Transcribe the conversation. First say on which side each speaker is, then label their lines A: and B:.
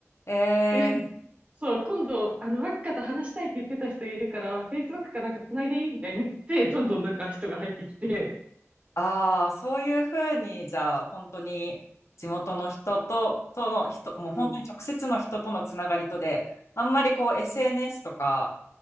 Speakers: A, on the left; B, on the right.
A: えー、
B: え、そう、今度、あの、若田話したいって言ってた人いるから、Facebook かなんか繋いでいいみたいに言って、どんどんなんか人が入ってきて、
A: ああ、そういうふうに、じゃあ、本当に地元の人と、との人、もう本当に直接の人とのつながりとで、
B: うん。
A: あんまりこう SNS とか、